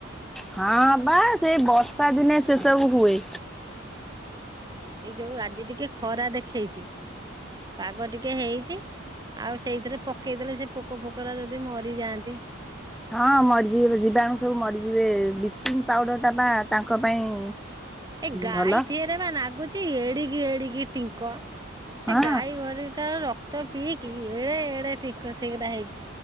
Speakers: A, in the centre; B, on the right (about 20°).
A: ହଁ ବା ସେଇ ବର୍ଷା ଦିନେ ସେ ସବୁ ହୁଏ।
B: ଏଇ ଯୋଉ ଆଜି ଟିକେ ଖରା ଦେଖେଇଛି ପାଗ ଟିକେ ହେଇଛି। ଆଉ ସେଇଥିରେ ପକେଇଦେଲେ ସେ ପୋକ ଫୋକଗୁରା ଯଦି ମରିଯାଆନ୍ତି।
A: ହଁ ମରିଯିବେ ଯିବାଣୁ ସବୁ ମରିଯିବେ ବ୍ଲିଚିଙ୍ଗ ପାଉଡ଼ରଟା ବା ତାଙ୍କ ପାଇଁ।
B: ଏ ଗାଈ
A: ଭଲ
B: ଧିହରେ ବା ନାଗୁଛି ଏଡିକି ଏଡିକି ଟିଙ୍କ। ସେ
A: ହଁ
B: ଗାଈ ଘରେ ତାର ର କ୍ତ ପିିକି ଏଡେ ଏଡେ ଟିଙ୍କ ସେଗୁରା ହେଇଛି